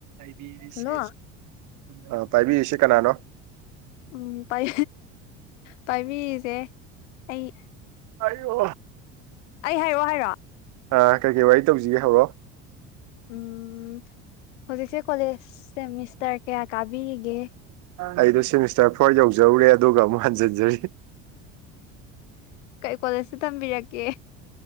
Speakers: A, on the right (about 55°); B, on the left (about 80°).
A: ꯑꯜꯗꯤꯁꯤ
B: hello
A: ꯑꯣꯏ ꯄꯥꯏꯕꯤꯔꯤꯁꯤ ꯀꯅꯥꯅꯣ
B: ꯎꯝ ꯄꯥꯏ ꯄꯥꯏꯕꯤꯔꯤꯁꯦ ꯑꯩꯩ
A: ꯑꯌꯣ
B: ꯑꯩ ꯍꯥꯏꯔꯛꯑꯣ ꯍꯥꯏꯔꯛꯔ‌ꯣ
A: ꯑ ꯀꯩ ꯀꯩ ꯋꯥꯔꯤ ꯇꯧꯁꯤꯒꯦ ꯍꯧꯔꯣ
B: ꯎꯝ ꯍꯧꯖꯤꯛꯁꯦ ꯀꯣꯂꯦꯖ ꯁꯦꯃꯤꯁꯇꯔ ꯀꯌꯥ ꯀꯥꯕꯤꯔꯤꯒꯦ
A: ꯑꯩꯗꯣ ꯁꯦꯃꯤꯁꯇꯔ ꯐꯣꯔ ꯌꯧꯖꯔꯨꯔꯦ ꯑꯗꯨꯒ ꯑꯃꯨꯛ ꯍꯟꯖꯤꯟꯖꯔꯤ
B: ꯀꯩ ꯀꯣꯂꯦꯖꯇ ꯊꯝꯕꯤꯔꯛꯀꯦ